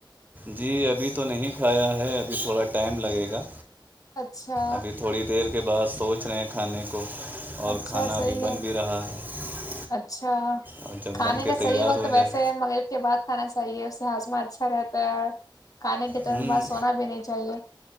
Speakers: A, on the right; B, on the left.
A: جی ابھی تو نہیں کھایا ہے ابھی تھوڑا ٹائم لگے گا
B: اچھا
A: ابھی تھوڑی دیر کے بعد سوچ رہے ہیں کھانے کو اور
B: اچھا
A: کھانا
B: صحیح
A: بھی بن
B: ہے
A: بھی رہا ہے <unintelligible>
B: اچھا
A: اور جب
B: کھانے
A: بن کے
B: کا
A: تیار
B: صحیح وقت
A: ہو
B: ویسے
A: جائے
B: ہے مگر کے بعد کھانا چاہیے اس سے ہاضما اچھا رہتا ہے اور کھانے کے تورن
A: ہوں
B: بعد سونا بھی نہیں چاہیے <unintelligible>